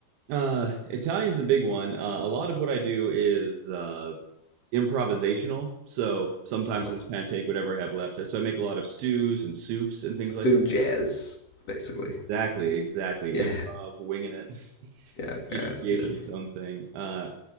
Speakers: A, on the right; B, on the left.
A: Uh, Italian's the big one. Uh, a lot of what I do is uh, improvisational. So sometimes
B: Oh,
A: I just kind of take whatever I have left. So I make a lot of stews and soups and things like
B: food
A: that.
B: jazz, basically.
A: Exactly,
B: <laughs>
A: exactly.
B: Yeah.
A: Improv, winging it. <laughs>
B: Yeah. Okay.
A: Each
B: That's
A: creation
B: good.
A: its own thing. Uh,